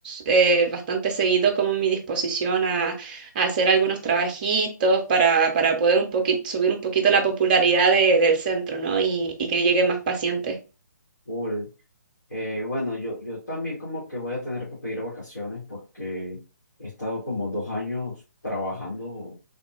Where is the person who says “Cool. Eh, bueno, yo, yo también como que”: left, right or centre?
Left